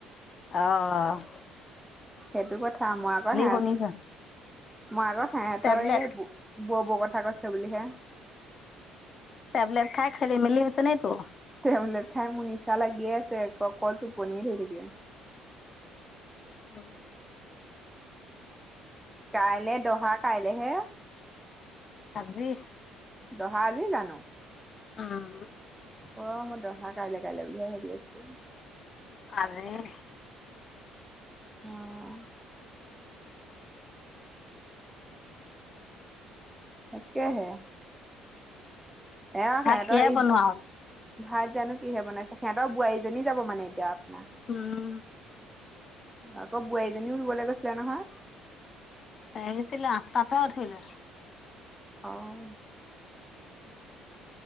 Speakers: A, on the left; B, in the centre.
A: অঁ
B: সেইটো কথা মই আকৌ হেত,
A: শুনিছো
B: মই আকৌ সেহেতৰ
A: টেবলেট
B: এই ব ব কথা কৈছে বুলিহে।
A: টেবলেট খাই খেলি মেলি হৈছে নাই তো,
B: টেবলেট খাই মোৰ নিচা লাগিয়ে আছে ক অকল টোপনিয়ে থৈ থাকে।
A: অঁ
B: কাইলে দহা কাইলেহে।
A: আজি।
B: দহা আজি জানো।
A: উম।
B: অ মই দহা কাইলে কাইলে বুলিহে ভাবি আছো
A: ভালেই।
B: অঁ। তাকে হে এয়া
A: ভাত
B: সিহঁত
A: কিহে
B: সেই,
A: বনোৱা হ'ল
B: ভাত জানো কিহে বনাইছা সিহঁতৰ বোৱাৰীজনী যাব মানে এতিয়া আপোনাৰ।
A: উম।
B: আকৌ বোৱাৰীজনীও ৰুবলৈ গৈছিলে নহয়।
A: ভাহিছিলে আঠটাতে উঠিলে।
B: অঁ